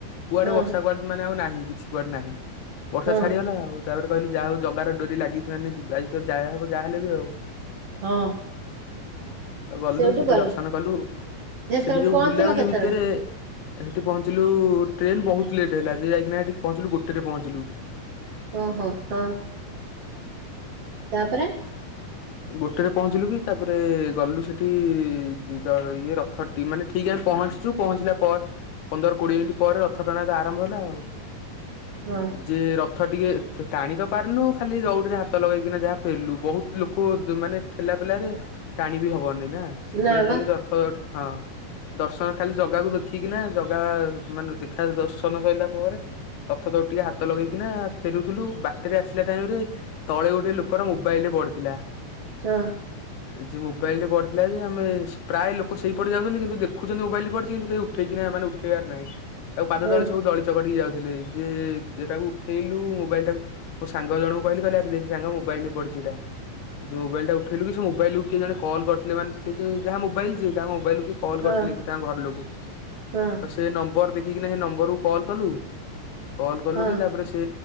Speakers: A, on the left; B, on the right.
A: କୁଆଡେ
B: ହଁ
A: ବର୍ଷା କୁଆଡେ ମାନେ ଆଉ ନାହିଁ କିଛି କୁଆଡେ ନାହିଁ ବର୍ଷା
B: ହଁ
A: ଛାଡିଗଲା ଆଉ ତାପରେ କହିଲି ଯାହା ହଉ ଜଗାର ଡୋରି ଲାଗିଛି ମାନେ ଯିବା ଆଜି ତ ଯାଆ ହବ ଯାହା ହେଲେ ବି ଆଉ।
B: ହଁ
A: ଆଉ ଗଲୁ
B: ସେଇଠୁ
A: ସେଠି
B: ଗଲ
A: ଦର୍ଶନ କଲୁ
B: ସେତେବେଳେ
A: ସେଠି ଯୋଉ
B: ପହଞ୍ଚିଲ
A: ବୁଲାବୁଲି
B: କେତେବେଳେ?
A: ଭିତରେ ହେଠି ପହଞ୍ଚିଲୁ ଟ୍ରେନ ବହୁତ ଲେଟ୍ ହେଲା ଯେ ଯାଇକିନା ହେଠି ପହଞ୍ଚିଲୁ ଗୋଟେରେ ପହଞ୍ଚିଲୁ।
B: ଓହୋ ହଁ ତାପରେ
A: ଗୋଟେରେ ପହଞ୍ଚିଲୁ କି ତାପରେ ଗଲୁ ସେଠି ଇଏ ରଥ ମାନେ ଠିକ ଆମେ ପହଞ୍ଚିଚୁ ପହଞ୍ଚିଲା ପରେ ପନ୍ଦର କୋଡିଏ ମିନିଟ୍ ପରେ ରଥ ଟାଣା ତ ଆରମ୍ଭ ହେଲା ଆଉ।
B: ହଁ
A: ଯେ ର ରଥ ଟିକେ ଟାଣି ତ ପାରୁନୁ ଖାଲି ଦଉଡିରେ ହାତ ଲଗେଇକିନା ଯାହା ପେଲୁ ବହୁତ ଲୋକ କୁ ମାନେ ଠେଲା ପେଲାରେ ଟାଣି ବି ହବନି। ନା ସେଥିପାଇଁ
B: ନା ବା
A: ଖାଲି ରଥ ହଁ, ଦର୍ଶନ ଖାଲି ଜଗାକୁ ଦେଖିକିନା ଜଗା ମାନେ ଦେଖା ଦର୍ଶନ ସରିଲା ପରେ ରଥ ଦଉଡ଼ି ଟିକେ ହାତ ଲଗେଇକିନା ଫେରୁଥିଲୁ ବାଟରେ ଆସିଲା ଟାଇମ ରେ ତଳେ ଗୋଟେ ଲୋକର ମୋବାଇଲ ଟେ ପଡିଥିଲା।
B: ହଁ।
A: ଯେ ମୋବାଇଲ ଟେ ପଡିଥିଲା ଯେ ଆମେ ପ୍ରାୟ ଲୋକ ସେଇ ପଟେ ଯାଉଛନ୍ତି କିନ୍ତୁ ଦେଖୁଛନ୍ତି ମୋବାଇଲ ପଡ଼ିଛି କିନ୍ତୁ କେହି ଉଠେଇକିନା ମାନେ ଉଠେଇବାର ନାହିଁ ଆଉ ପାଦ
B: ହଁ
A: ତଳି ସବୁ ଦଳି ଚକିଟି କି ଯାଉ ଯେ ଏଟାକୁ ଉଠେଇଲୁ ମୋବାଇଲ ଟାକୁ ମୋ ସାଙ୍ଗ ଜଣଙ୍କୁ କହିଲି କହ ଆ ଦେଖ ସାଙ୍ଗ ମୋବାଇଲ ରେ ପଡ ଟା ଯୋଉ ମୋବାଇଲ ଟା ଉଠେଇଲୁ ସେ ମୋବାଇଲକୁ କିଏ ଜଣେ କଲ କରିଥିଲେ ମାନେ ସେଇ ଯଉ ଯାହା ମୋବାଇଲ ଯିଏ ଯାହା ମୋବାଇଲକୁ କିଏ କଲ୍
B: ହଁ
A: କରିଥିଲେ କି ତାଙ୍କ ଘର ଲୋକ
B: ହଁ
A: ତ ସେ ନମ୍ବର ଘି କିନା ନମ୍ବର କୁ କଲ କଲୁ କଲ କଲୁ
B: ହଁ
A: କି ତାପରେ ସେ